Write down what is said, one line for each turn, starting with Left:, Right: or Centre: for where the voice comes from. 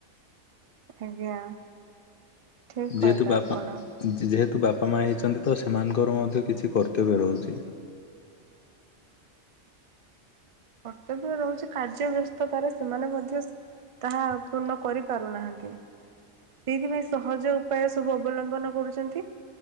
Right: ଆଜ୍ଞା। ଠିକ୍ କହିଲେ
Left: ଯେହେତୁ ବାପା
Right: ଆପଣ
Left: ଯେହେତୁ ବାପା ମା ହେଇଛନ୍ତି ତ ସେମାନଙ୍କର ମଧ୍ୟ କିଛି କର୍ତ୍ତବ୍ୟ ରହୁଚି।
Right: କର୍ତ୍ତବ୍ୟ ରହୁଚି କାର୍ଯ୍ୟ ବ୍ୟସ୍ତତାରେ ସେମାନେ ମଧ୍ୟ ତାହା ପୂର୍ଣ କରିପାରୁନାହାନ୍ତି। ସେଇଥିପାଇଁ ସହଜ ଉପାୟ ସବୁ ଅବଲମ୍ବନ କରୁଛନ୍ତି